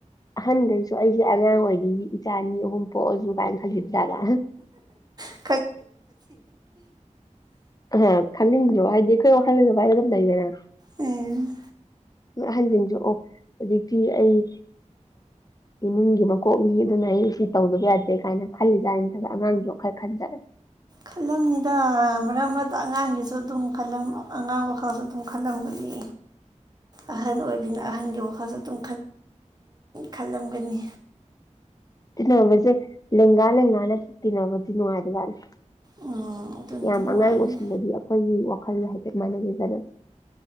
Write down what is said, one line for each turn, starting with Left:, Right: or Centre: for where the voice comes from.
Left: ꯑꯍꯟꯈꯩꯁꯨ ꯑꯩꯁꯦ ꯑꯉꯥꯡ ꯑꯣꯏꯔꯤ ꯏꯆꯥ ꯑꯅꯤ ꯑꯍꯨꯝ ꯄꯣꯛꯑꯁꯨ ꯀꯥꯏꯅ ꯈꯜꯂꯤꯖꯥꯠꯂ
Right: ꯍꯥꯍꯥ
Left: ꯍꯝ <inaudible> ꯑ ꯈꯪꯅꯤꯡꯗꯔꯣ ꯍꯥꯏꯗꯤ ꯑꯈꯣꯏ ꯋꯥꯈꯜꯗꯗꯤ ꯑꯗꯨꯃꯥꯏ ꯑꯗꯨꯝ ꯂꯩꯗꯅ
Right: ꯑꯝ
Left: ꯑꯍꯟꯁꯤꯡꯁꯨ ꯑꯣ ꯍꯧꯖꯤꯛꯇꯤ ꯑꯩ ꯏꯃꯨꯡꯒꯤ ꯃꯀꯣꯛꯅꯤ ꯑꯗꯨꯅ ꯑꯩ ꯁꯤ ꯇꯧꯗꯕ ꯌꯥꯗꯦ ꯀꯥꯏꯅ ꯈꯜꯂꯤꯖꯥꯠꯂ ꯅꯠꯇ꯭ꯔꯒ ꯑꯉꯥꯡꯒꯤ ꯋꯥꯈꯜ ꯈꯟꯖꯥꯠꯂ
Right: ꯈꯜꯂꯝꯅꯤꯗ ꯃꯔꯛ ꯃꯔꯛꯇ ꯑꯉꯥꯡꯒꯤꯁꯨ ꯑꯗꯨꯝ ꯈꯜꯂꯝ ꯑꯉꯥꯡ ꯋꯥꯈꯜꯁꯨ ꯑꯗꯨꯝ ꯈꯜꯂꯝꯒꯅꯤ ꯑꯍꯟ ꯑꯣꯏꯕꯅꯤꯅ ꯑꯍꯟꯒꯤ ꯋꯥꯈꯜꯁꯨ ꯑꯗꯨꯝ ꯈꯜꯂꯝꯒꯅꯤ
Left: ꯇꯤꯟꯅꯕꯖꯦ ꯂꯦꯡꯒꯥ ꯂꯦꯡꯒꯥꯅ ꯇꯤꯟꯅꯕꯖꯦ ꯅꯨꯡꯉꯥꯏꯕꯖꯥꯠꯅꯤ
Right: ꯎꯝ ꯑꯗꯨꯅꯗꯤ
Left: ꯌꯥꯝ
Right: ꯅꯨꯡꯉꯥꯏꯅꯤ
Left: ꯑꯉꯥꯡ ꯑꯣꯏꯁꯤꯜꯂꯗꯤ ꯑꯩꯈꯣꯏꯒꯤ ꯋꯥꯈꯜ ꯍꯥꯏꯐꯦꯠ ꯃꯥꯟꯅꯩꯗꯅ <unintelligible>